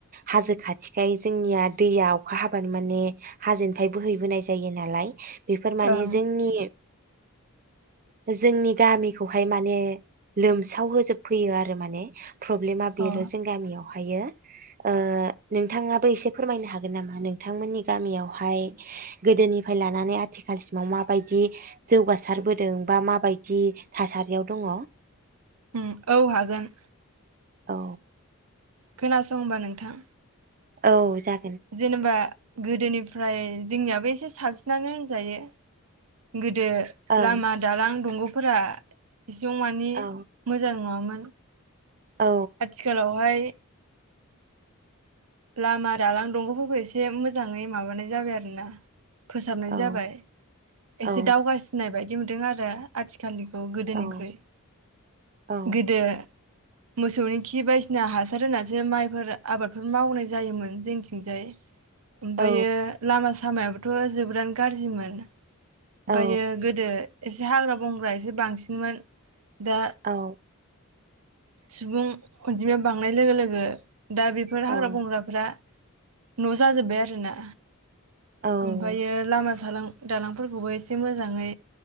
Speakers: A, on the right (about 40°); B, on the right (about 75°).
A: हाजो खाथिखाय जोंनिया दैया अखा हाबानो माने हाजोनिफ्राय बोहैबोनाय जायो नालाय बेफोर माने
B: ओं
A: जोंनि जोंनि गामिखौहाय माने लोमसाव होजोब फैयो आरो माने प्रब्लेमा बेल'
B: अ
A: जों गामियावहा हायो। ओ नोंथाङाबो एसे फोरमायनो हागोन नामा नोंथांमोननि गामियावहाय गोदोनिफ्राय लानानै आथिखालसिमाव माबायदि जौगासारबोदों बा माबायदि थासारियाव दङ।
B: उम औ हागोन।
A: औ।
B: खोनासं होनबा नोंथां
A: औ जा
B: जेनेबा गोदोनिफ्राय जोंनियाबो एसे साबसिनानो होनजायो गो दो
A: ओं
B: लामा दालां दंग' फोरा इसेयाव माने
A: औ
B: मोजां नङामोन
A: औ
B: आथिखालावहाय लामा दालां दंग'फोरखौ एसे मोजाङै माबानाय जाबाय आरो ना फोसाबनाय
A: औ
B: जाबाय।
A: औ
B: एसे दावगासिननाय बाय दि मोनदों आरो आथिखालनिखौ खौ गोदोनिख्रुइ
A: औ औ
B: गोदो मोसौनि खि बायदिसिना हासार होनानैसो माइफोर आबाद मावनाय जायोमोन जोंथिंजाय ओमफ्रायो
A: औ
B: लामा सामाया थ' जोबोरानो गाज्रिमोन। ओमफायो
A: औ
B: गोदो एसे हाग्रा बंग्रा एसे बांसिनमोन दा
A: औ
B: सुबुं अनजिमाया बांनाय लोगो लोगो दा बेफोर
A: औ
B: हाग्रा बंग्राफोरा न' जाजोब्बाय आरो ना।
A: औ
B: ओमफायो लामा दालां दालांफोरखौबो एसे मोजाङै